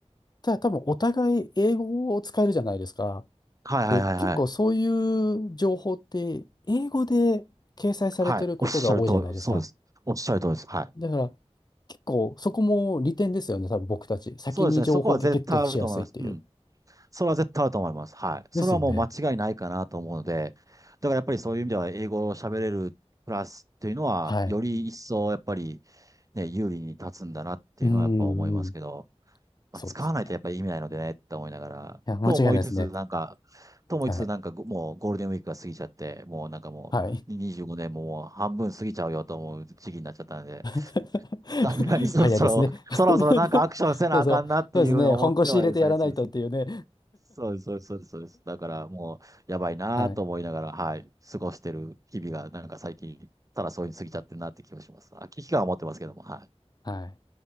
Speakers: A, on the left; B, on the right.
A: ただ、多分お互い英語を使えるじゃないですか。
B: はいはいはいはい。
A: で、結構そういう情報って、英語で掲載されてることが多いじゃないですか。
B: はい。おっしゃるとり、そうです。おっしゃるとりです。はい。
A: だから、結構そこも利点ですよね。多分僕たち。先に情報をゲットしやすいっていう。
B: そうですね。そこは絶対あると思います。うん。それは絶対あると思います。はい。それはもう間違いないかなと思うので、
A: ですよね。
B: だからやっぱりそういう意味では英語を喋れるプラスっていうのは、
A: はい。
B: より一層やっぱりね、有利に立つんだなっていうのはやっぱ思いますけど、
A: うん、うん。
B: まあ、
A: そうですよね。
B: 使わないとやっぱり意味ないのでねって思いながら、
A: いや、間違いないですね。
B: と思いつつなんか、と思いつつなんかごもうゴールデンウィークが過ぎちゃって、
A: はい。
B: もうなんかもう25年ももう半分過ぎちゃうよと思う時期になっちゃったので、
A: はい。<laughs>
B: さんなにそろそろ、
A: 早いですね <laughs>
B: そろそろなんかアクションせなあかんなっていうふうに思ってはいる最中ですね。
A: そうそう。そうですね。本腰入れてやらないとっていうね
B: そうです、そうです、そうです。そうですだからもう、やばいなと思いながら、
A: <laughs> はい。
B: はい、過ごしてる日々が、なんか最近、ただそういうに過ぎちゃってるなって気がします。あ危機感をは持ってますけども、はい。
A: はい。